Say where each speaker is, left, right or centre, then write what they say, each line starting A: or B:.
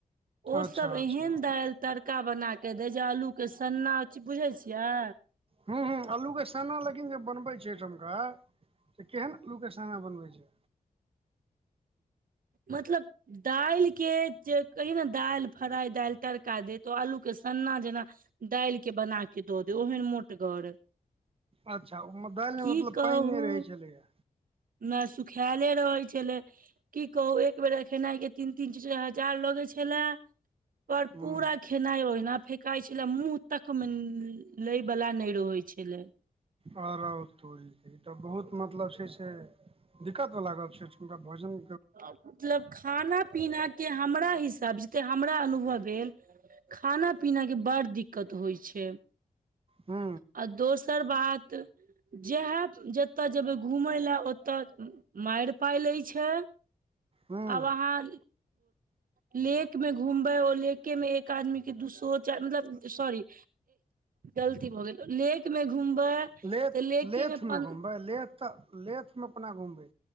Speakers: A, on the right; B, on the right.
A: ओ
B: अच्छा
A: सब
B: अच्छा
A: एहेन दाइल तर का बना के दै छै आलू के सन्ना चि बुझै छियै?
B: हूँ, हँ, आलू के सना लेकिन जे बनबै छै, कनि। ओकर से केहन आलू के साना बनबै छियै?
A: मतलब दालिक के जे, कहियो ने दालि फ्राइ, दालि तड़का देतो आलू के सन्ना जेना दालि के बना के दऽ दे, ओहन मोटगर।
B: अच्छा! ओ दालि
A: की
B: मे मतलब
A: कहू
B: पानि नहि रहे छलै हे।
A: ने सुखायले रहै छलै। की कहू एक बेर ए खेनाइ के, तीन- तीन चार- चार हजार लगे छले, पर
B: हूँ
A: पूरा खेनाइ ओहिना फेकई छलै, मुँह तक मे लय वलाा नहि रहै छलै।
B: आरो तोरी के, ई तऽ बहुत मतलब छै, से दिक्कत बला गप छै, अइ ठुनका भोजन!
A: मतलब खाना- पीना। के हमरा हिसाब जते हमरा अनुभव भेल, खाना- पीना के बड़ दिक्क दिक्कत होइ छै।
B: हू।
A: आ दोसर बात! जेह जतय जेबै घूमय लए, ओतय मारि पाय लैत छै।
B: हूँ
A: आब अहाँ लेेक में घूमबै, ओ लेके में एक आदमी के, दू सो चार मतलब सॉरी। गलती भऽ गेल नेक में घुमबै।
B: लेथ,
A: तऽ लेके
B: लेथ मे
A: पन
B: घुमबै, लेथ तऽ लेथ मे कोना घुमबै,